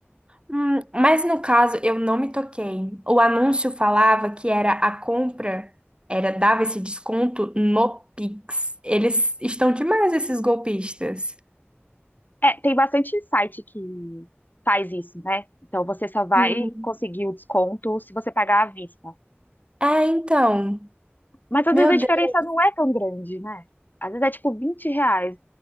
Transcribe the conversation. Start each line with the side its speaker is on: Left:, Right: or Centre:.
Right: Hum, mas no caso, eu não me toquei. O anúncio falava que era a compra, era dava esse desconto no Pix. Eles estão demais, esses golpistas.
Left: É, tem bastante site que faz isso, né? Então você só vai
Right: Hum.
Left: conseguir o desconto se você pagar à vista.
Right: É, então.
Left: Mas às
Right: Meu
Left: vezes a diferença
Right: Deus.
Left: não é tão grande, né? Às vezes é tipo 20 reais.